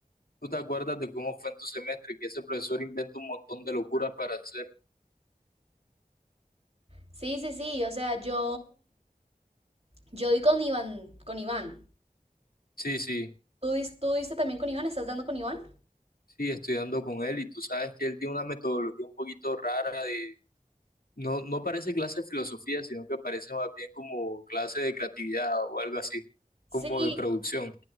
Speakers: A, on the left; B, on the right.
A: ¿Tú te acuerdas de cómo fue en tu semestre que ese profesor inventa un montón de locuras para hacer?
B: Sí, sí, sí, o sea, yo, yo di con Iván, con Iván.
A: Sí, sí,
B: ¿Tú, dis- tú diste también con Iván? ¿Estás dando con Iván?
A: sí, estudiando con él y tú sabes que él tiene una metodología un poquito rara de... No, no parece clase de filosofía, sino que parece más bien como clase de creatividad o algo así,
B: Sí,
A: como de producción.